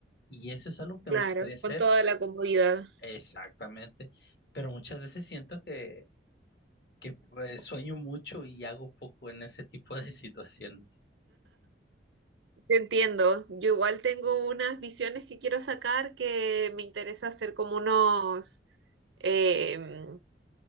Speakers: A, on the left; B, on the right.
A: Y eso es algo que
B: claro,
A: me gustaría hacer,
B: con toda la comodidad.
A: exactamente. Pero muchas veces siento que, que pues, sueño mucho y hago poco en ese tipo de <laughs> situaciones.
B: Te entiendo. Yo igual tengo unas visiones que quiero sacar que me interesa hacer como unos eh,